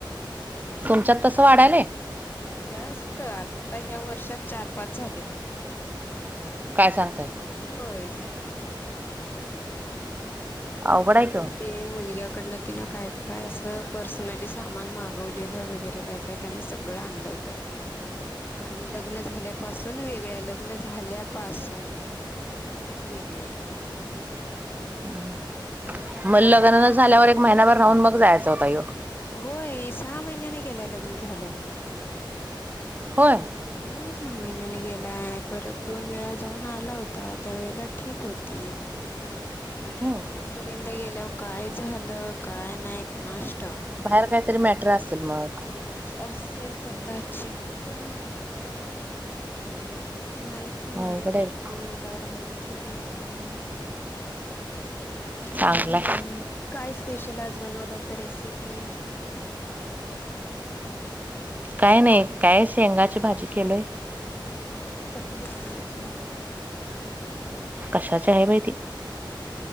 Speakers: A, on the right (about 20°); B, on the left (about 25°).
A: तुमच्यात तसं वाढायलय?
B: पण जास्त आता ह्या वर्षात चार पाच झालेत.
A: काय सांगताय
B: होय.
A: अवघड आहे की
B: म
A: ओ
B: ते मुलग्याकडनं. तिनं काय काय असं पर्सनली सामान मागवलेलं वगैरे काय काय त्यांना सगळं आणलं होतं. आणि लग्न झाल्यापासून वेगळ्या, लग्न झाल्यापासून. वेगळी आहे ती.
A: हम्म
B: नाही
A: मग
B: ना
A: लग्न
B: आता काय
A: न झाल्यावर
B: करायचं
A: एक महिनाभर
B: मग.
A: राहून जायचा होता ह्यो
B: होय, सहा महिन्याने गेलाय लग्न झाल्यावर
A: होय
B: लग्न. होन सहा महिन्याने गेलाय, परत दोन वेळा जाऊन आला होता त्या वेळेला ठीक होती. आता
A: हम्म
B: तिसऱ्यांदा गेल्यावर काय झालं काय नाही कुणाष्ट
A: बाहेर काहीतरी मॅटर असेल मग.
B: असल कदाचित, जाऊते. नाहीच म्हटली
A: अवघड आहे बाई
B: मला राहायचं नाही. जाऊ
A: चांगलाय
B: दे काय स्पेशल आज बनवलं होत रेसिपी.
A: काय नाही, काय शेंगाची भाजी केलोय.
B: कसली शिंगाची.
A: कशाची आहे बाई ती.